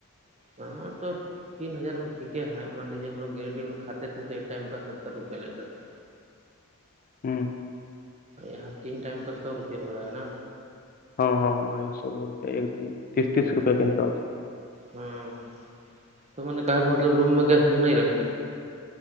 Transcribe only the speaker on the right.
نہاں تور تین ہزار میں ٹھیک ہے مان لیجیے ہم لوگ گریڈی میں کھاتے تھے تو ایک ٹائم کا ستر روپیہ لیتے تھ <unintelligible>
یہاں تین ٹائم کا سو روپیہ ہو رہا ہے نا
ہاں ہوں تو میں نے کہا کہ مطلب روم میں گیس وس نہیں رکھے ہیں